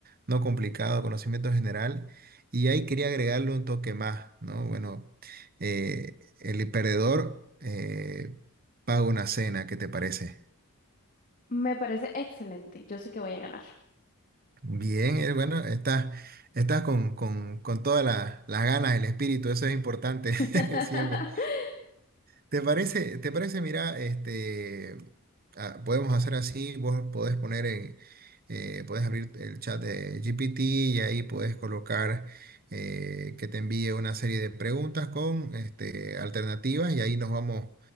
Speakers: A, on the right; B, on the left.
A: no complicado, conocimiento general. Y ahí quería agregarle un toque más, ¿no? Bueno, eh, el perdedor eh, paga una cena, ¿qué te parece?
B: Me parece excelente. Yo sé que voy a ganar.
A: Bien, eh, bueno, estás, estás con, con, con todas la- las ganas, el espíritu, eso es importante
B: <laughs>
A: <laughs> siempre. ¿Te parece, te parece, mira, este, ah, podemos hacer así, vos podés poner en, eh, podés abrir el chat de GPT y ahí podés colocar eh, que te envíe una serie de preguntas con este, alternativas y ahí nos vamos,